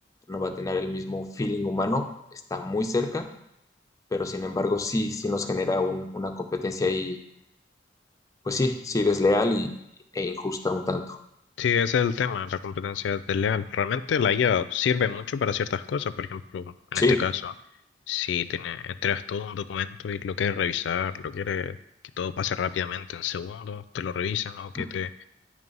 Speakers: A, on the left; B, on the left.
A: no va a tener el mismo feeling humano, está muy cerca, pero sin embargo sí, sí nos genera un- una competencia ahí, pues sí, sí desleal y, e injusta un tanto.
B: Sí, ese es el tema, la competencia desleal. Realmente la IA sirve mucho para ciertas cosas, por ejemplo, en
A: Sí,
B: este caso, si tiene, entregas todo un documento y lo quieres revisar, lo quieres que todo pase rápidamente en segundos, te lo revisan o que
A: mm,
B: te